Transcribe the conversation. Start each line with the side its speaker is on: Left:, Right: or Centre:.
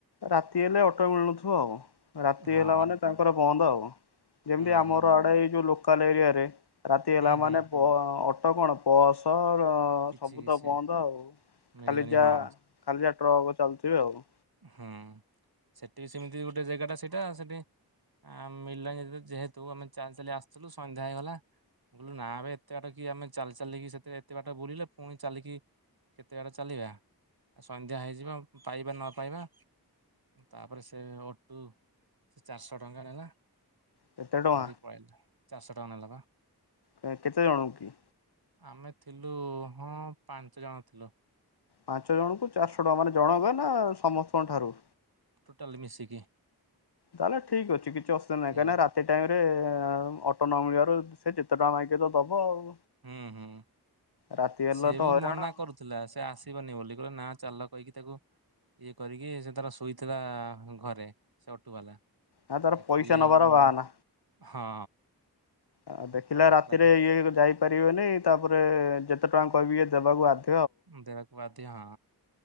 Left: ରାତି ହେଲେ ଅଟୋ ମିଳୁନଥିବ ଆଉ। ରାତି
Right: ହଁ
Left: ହେଲା ମାନେ ତାଙ୍କର ବନ୍ଦ ଆଉ। ଯେମିତି
Right: ହୁଁ
Left: ଆମର
Right: ହୁଁ
Left: ଆଡେ ଏଇ ଯୋଉ ଲୋକାଲ ଏରିଆରେ। ରାତି
Right: ହୁଁ
Left: ହେଲା
Right: ହୁଁ
Left: ମାନେ ବ-ଅଟୋ କଣ ବସ ର
Right: କିଛି
Left: ସବୁ
Right: କିଛି
Left: ତ ବନ୍ଦ ଆଉ।
Right: ମିଳିବନି
Left: ଖାଲି ଯା
Right: ହଁ।
Left: ଖାଲି ଯା ଟ୍ରକ ଚାଲଥିବେ ଆଉ କଁ।
Right: ହୁଁ, ସେଠି ସେମିତି ଗୋଟେ ଜାଗାଟା ସେଇଟା ସେଠି ଆ, ମିଳିଲାନି ଯେହେତୁ ଆମେ ଚାଲି ଚାଲି ଆସଥିଲୁ ସନ୍ଧ୍ୟା ହେଇଗଲା। ମୁଁ କଇଲି ନା ବେ ଏତେ ବାଟ କି ଆମେ ଚାଲି ଚାଲିକି ସେତେଳେ ଏତେ ବାଟ ବୁଲିଲେ। ପୁଣି ଚାଲିକି କେତେ ବାଟ ଚାଲିବା? ଆ, ସନ୍ଧ୍ୟା ହେଇଯିବ ପାଇବା ନ ପାଇବା ତାପରେ ସେ ଅଟୁ ସେ ଚାରିଶହ ଟଙ୍କା ନେଲା।
Left: କେତେ ଟଙ୍କା
Right: ଧରି ପଳେଇଲା ଚାରିଶହ ଟଙ୍କା ନେଲା ବା।
Left: ଅ, କେତେ ଜଣ କି?
Right: ଆମେ ଥିଲୁ ହଁ ପାଞ୍ଚ ଜଣ ଥିଲୁ।
Left: ପାଞ୍ଚ ଜଣଙ୍କୁ ଚାରିଶହ ଟଙ୍କା ମାନେ ଜଣଙ୍କ ନା ସମସ୍ତଙ୍କ ଠାରୁ?
Right: ଟୋଟାଲ ମିଶିକି।
Left: ତାହେଲେ ଠିକ୍ ଅଛି କିଛି ଅସୁବିଧା ନାହିଁ।
Right: ଠିକ
Left: କାହିଁକି ନା ରାତି ଟାଇମ୍ ରେ ଅଟୋ ନ ମିଳିବାରୁ ସେ ଯେ ତେ ଟଙ୍କା ମାଗିବ ତ ଦବ ଆଉ।
Right: ହୁଁ, ହୁଁ
Left: ରାତି ହେଲେ
Right: ସିଏ
Left: ତ
Right: ବି
Left: ହଇରାଣ
Right: ମନା
Left: ଆଉ
Right: କରୁ ଥିଲା, ସେ ଆସିବନି ବୋଲି କହିଲେ ନା ଚାଲ କହିକି ତାକୁ ଇଏ କରିକି ସେ ତାର ଶୁଇଥିଲା ଘରେ ସେ ଅଟୁ ବାଲା।
Left: ନା ତାର
Right: ତାକୁ
Left: ପଇସା
Right: ଇୟ
Left: ନବାର ବାହାନା।
Right: ହଁ
Left: ଆଉ ଦେଖିଲା
Right: ତାପରେ
Left: ରାତିରେ
Right: ତାକୁ
Left: ଇଏ ଯାଇପାରିବେନି। ତାପରେ ଯେତେ ଟଙ୍କା କହିବି ଇଏ ଦେବାକୁ ବାଧ
Right: ଦେବାକୁ ବାଧ୍ୟ ହଁ।